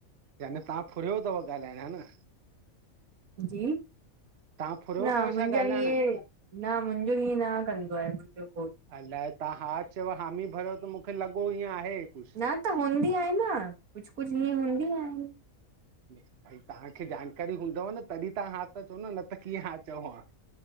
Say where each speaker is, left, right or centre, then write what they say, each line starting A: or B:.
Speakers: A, on the right (about 55°); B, on the right (about 80°).
A: यानी तां फुरियो थव ॻाल्हाइण, हा न
B: जी,
A: तव्हां फुरियो
B: न
A: अथव
B: मुंहिंजा
A: छा ॻाल्हाइण
B: हिएं न मुंहिंजो ईअं न कंदो आहे। मुंहिंजो घोटु
A: अलाए तव्हां हा चयो, हामी भरियो त मूंखे लॻो ईअं आहे कुझु
B: न त हूंदी आहिनि न, कुझु कुझु हीअं हूंदी आहिनि।
A: ब भई तव्हांखे जानकारी हूंदव न, तॾहिं तव्हां हा त चओ न, न त कीअं हा चओ हा।